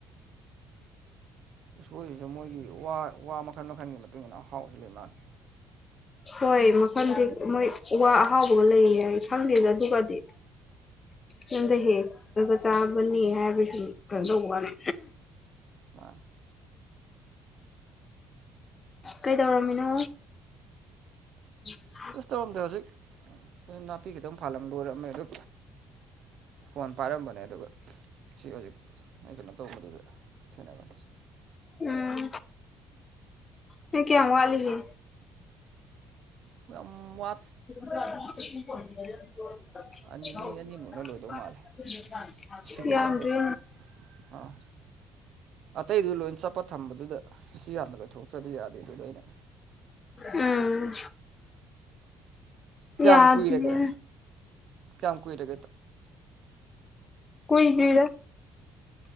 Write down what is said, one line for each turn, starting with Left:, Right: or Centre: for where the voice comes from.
Right: ꯎꯁꯣꯏꯁꯤꯁꯨ ꯃꯣꯏꯒꯤ ꯋꯥ ꯋꯥ ꯃꯈꯜ ꯃꯈꯜꯒꯤ ꯃꯇꯨꯡ ꯏꯟꯅ ꯑꯍꯥꯎꯕꯁꯨ ꯂꯩ ꯃꯥꯜꯂꯦ
Left: ꯍꯣꯏ ꯃꯈꯜꯗꯤ ꯃꯣꯏ ꯋꯥ ꯑꯍꯥꯎꯕꯒ ꯂꯩꯌꯦ ꯍꯥꯏ ꯈꯪꯗꯦꯗ ꯑꯗꯨꯒꯗꯤ ꯌꯨꯝꯗ ꯍꯦꯛꯂꯒ ꯆꯥꯕꯅꯤ ꯍꯥꯏꯕ ꯁ ꯀꯗꯧꯕ ꯋꯥꯅꯤ
Right: ꯉꯥꯟ
Left: ꯀꯩꯗꯧꯔꯝꯃꯤꯅꯣ <unintelligible>
Right: ꯑꯁ ꯇꯧꯔꯝꯗ ꯍꯧꯖꯤꯛ ꯑꯩ ꯅꯥꯄꯤ ꯈꯤꯇꯪ ꯐꯥꯜꯂꯝ ꯂꯣꯏꯔꯝꯃꯦ ꯑꯗꯨ ꯐꯣꯟ ꯄꯥꯏꯔꯝꯕꯅꯦ ꯑꯗꯨꯒ ꯁꯤ ꯍꯧꯖꯤꯛ ꯅꯣꯏ ꯀꯩꯅꯣ ꯇꯧꯕꯗꯨꯗ ꯊꯦꯡꯅꯕꯅꯦ
Left: ꯎꯝ ꯅꯪ ꯀꯌꯥꯝ ꯋꯥꯠꯂꯤꯒꯦ
Right: ꯎꯝ ꯋꯥꯠ
Left: <unintelligible>
Right: ꯑꯅꯤ ꯃꯤ ꯑꯅꯤꯃꯨꯛꯅ ꯂꯣꯏꯗꯧ ꯃꯥꯜꯂꯦ ꯁꯤꯒꯤꯁꯤꯒ
Left: ꯌꯥꯔꯤ
Right: ꯑꯥ ꯑꯇꯩꯗꯨ ꯂꯣꯏ ꯆꯠꯄ ꯊꯝꯕꯗꯨꯗ ꯁꯤ ꯌꯥꯝꯅ ꯂꯣꯏꯊꯣꯛꯇ꯭ꯔꯗꯤ ꯌꯥꯗꯦ ꯑꯗꯨꯗ ꯑꯩꯅ
Left: ꯎꯝ
Right: ꯀꯌꯥꯝ
Left: ꯌꯥꯗꯤꯌꯦ
Right: ꯀꯨꯏꯔꯒꯦ ꯀꯌꯥꯝ ꯀꯨ ꯏꯔꯦ
Left: ꯀꯣꯏ ꯇꯔꯤꯗ